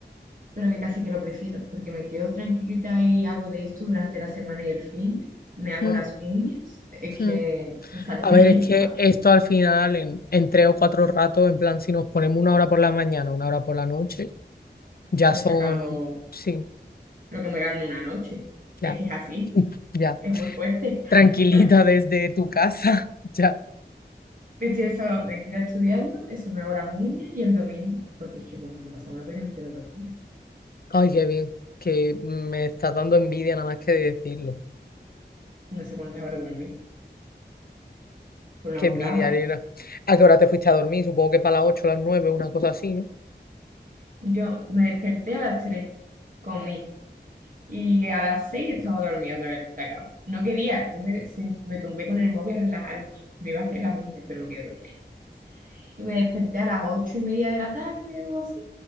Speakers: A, on the right; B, on the left.
A: Pero que casi que lo prefiero, porque me quedo tranquilita y hago de esto durante la semana y el fin de, me hago
B: Mm,
A: las uñas, es
B: mm.
A: que me sale
B: A
A: <laughs> más
B: ver, es
A: rentable.
B: que esto al final, en, en tres o cuatro ratos, en plan, si nos ponemos una hora por la mañana, una hora por la noche, ya
A: Me
B: son,
A: he sacado
B: sí,
A: lo que me gano en una noche.
B: ya,
A: Es que es así,
B: <laughs> ya,
A: es muy fuerte.
B: tranquilita
A: <laughs>
B: desde tu casa, <laughs> ya.
A: Estoy el sábado tranquila estudiando, eso me hago las uñas y el domingo, porque es que el domingo pasaba la pega entero dormía.
B: Ay, qué bien, que me está dando envidia nada más que de decirlo.
A: No sé cuántas horas dormí, fue una
B: Qué
A: burrada,
B: envidia, Ariana.
A: ¿eh?
B: ¿A qué hora te fuiste a dormir? Supongo que para las ocho, las nueve, una cosa así, ¿no?
A: Yo me desperté a las tres comí, y a las 6 estaba dormida otra vez en la cama. No quería, yo me, sen- me tumbé con el móvil a relajarme, me iba a hacer las uñas, pero me quedé dormida. Y me desperté a las 8 y media de la tarde o así,